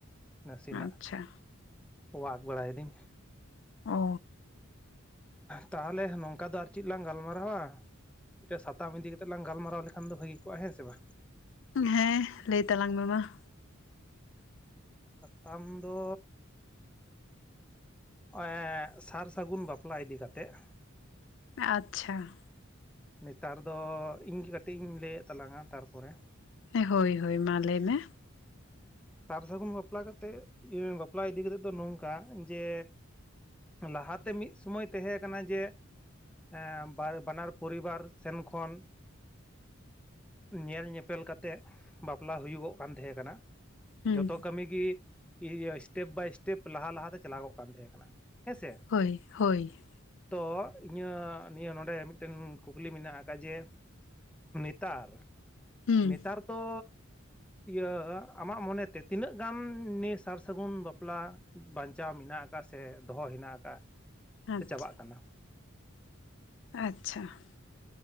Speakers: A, in the centre; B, on the left (about 60°).
A: ᱱᱟᱥᱤᱱᱟᱜ
B: ᱟᱪᱪᱷᱟ
A: ᱾ ᱚᱣᱟᱠ, ᱵᱟᱲᱟᱭ ᱮᱫᱤᱧ
B: ᱚ
A: ᱛᱟᱦᱚᱞᱮ, ᱱᱚᱝᱠᱟ ᱫᱚ, ᱟᱨ ᱪᱤᱫ ᱞᱟᱝ ᱜᱟᱞᱢᱟᱨᱟᱣᱟ? ᱢᱤᱫᱴᱮᱡ ᱥᱟᱛᱟᱢ, ᱤᱫᱤ ᱠᱟᱛᱮ ᱞᱟᱝ ᱜᱟᱞᱢᱟᱨᱟᱣ ᱞᱮᱠᱷᱟᱱ ᱫᱚ, ᱵᱷᱟᱹᱜᱤ ᱠᱚᱜᱼᱟ, ᱦᱮᱸ ᱥᱮ, ᱵᱟᱝ?
B: ᱦᱮᱸ, ᱞᱟᱹᱭ ᱛᱟᱞᱟᱝ ᱢᱮ, ᱢᱟ ᱾
A: ᱥᱟᱛᱟᱢ ᱫᱚ ᱚᱸᱻᱮᱜ ᱥᱟᱨ ᱥᱟᱹᱜᱩᱱ ᱵᱟᱯᱞᱟ, ᱤᱫᱤ ᱠᱟᱛᱮᱜ,
B: ᱟᱪᱪᱷᱟ ᱾
A: ᱱᱮᱛᱟᱨ ᱫᱚ, ᱤᱧ ᱜᱮ ᱠᱟᱹᱴᱤᱡ ᱤᱧ, ᱞᱟᱹᱭᱮᱫ ᱛᱟᱞᱟᱝᱟ, ᱛᱟᱨ ᱯᱚᱨᱮ
B: ᱦᱮᱸ, ᱦᱳᱭ ᱦᱳᱭ, ᱢᱟ ᱞᱟᱹᱭ ᱢᱮ!
A: ᱥᱟᱨ ᱥᱟᱹᱜᱩᱱ ᱵᱟᱯᱞᱟ ᱠᱟᱛᱮ, ᱤᱭᱟᱹ ᱵᱟᱯᱞᱟ ᱤᱫᱤ ᱠᱟᱛᱮᱫ ᱫᱚ, ᱱᱚᱝᱠᱟ, ᱡᱮ ᱞᱟᱦᱟᱛᱮ, ᱢᱤᱫ ᱥᱩᱢᱟᱹᱭ ᱛᱮᱦᱮᱸ ᱠᱟᱱᱟ, ᱡᱮ ᱮᱸᱻ, ᱵᱟᱱᱟᱨ ᱯᱚᱨᱤᱵᱟᱨ ᱥᱮᱱ ᱠᱷᱚᱱ, ᱧᱮᱞ ᱧᱮᱯᱮᱞ ᱠᱟᱛᱮ, ᱵᱟᱯᱞᱟ ᱦᱩᱭᱩᱜᱚᱜ ᱠᱟᱱ, ᱛᱟᱦᱮᱸ ᱠᱟᱱᱟ ᱾
B: ᱦᱩᱸ
A: ᱡᱚᱛᱚ ᱠᱟᱹᱢᱤ ᱜᱮ, ᱮᱥᱴᱮᱯ ᱵᱟᱭ ᱮᱥᱴᱮᱯ, ᱞᱟᱦᱟ ᱞᱟᱦᱟᱛᱮ, ᱪᱟᱞᱟᱜᱚᱜ ᱠᱟᱱ ᱛᱟᱦᱮᱸ ᱠᱟᱱᱟ, ᱦᱮᱸ ᱥᱮ ᱾
B: ᱦᱳᱭ, ᱦᱳᱭ ᱾
A: ᱛᱚ, ᱤᱧᱟᱹᱜ ᱱᱤᱭᱟᱹ ᱱᱚᱰᱮ, ᱢᱤᱫᱴᱮᱱ ᱠᱩᱠᱞᱤ ᱢᱮᱱᱟᱜ ᱟᱠᱟᱫ, ᱡᱮᱼᱼ ᱱᱮᱛᱟᱨ,
B: ᱦᱩᱸ
A: ᱱᱮᱛᱟᱨ ᱫᱚ, ᱤᱭᱟᱹ ᱟᱢᱟᱜ ᱢᱚᱱᱮ ᱛᱮ, ᱛᱤᱱᱟᱹᱜ ᱜᱟᱱ ᱱᱤᱭᱟᱹ, ᱥᱟᱨ ᱥᱟᱹᱜᱩᱱ ᱵᱟᱯᱞᱟ, ᱵᱟᱸᱧᱪᱟᱣ ᱢᱮᱱᱟᱜ ᱟᱠᱟᱫ, ᱥᱮ ᱫᱚᱦᱚ ᱦᱮᱱᱟᱜ, ᱟᱠᱟᱫᱼᱟ?
B: ᱟᱪᱪᱷᱟ
A: ᱥᱮ, ᱟᱫ ᱪᱟᱵᱟᱜ ᱠᱟᱱᱟ?
B: ᱟᱪᱪᱷᱟ ᱾